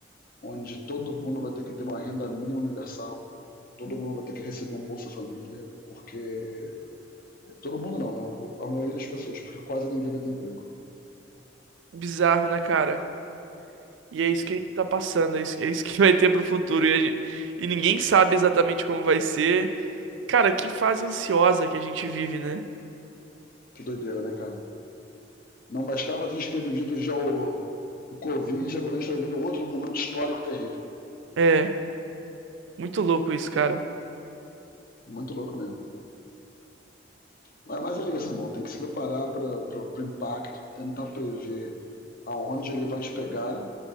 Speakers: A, on the left (about 50°); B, on the right (about 85°).
A: onde todo mundo vai ter que ter uma renda mínima universal, todo mundo vai ter que receber um Bolsa Família, porque. Todo mundo não, né? A maioria das pessoas, porque quase ninguém vai ter emprego.
B: Bizarro, né, cara? E é isso
A: Sim.
B: que a gente tá passando, é isso, é isso que <laughs> vai ter pro futuro. E, a gente- e ninguém sabe exatamente como vai ser. Cara, que fase ansiosa que a gente vive, né?
A: Que doideira, né, cara? Não bastava a gente ter vivido já o, o Covid, agora a gente está vivendo outro momento histórico terrível.
B: É, muito louco isso, cara.
A: Muito louco mesmo. Mas, mas é isso, irmão. Tem que se preparar para o impacto, tentar prever aonde ele vai te pegar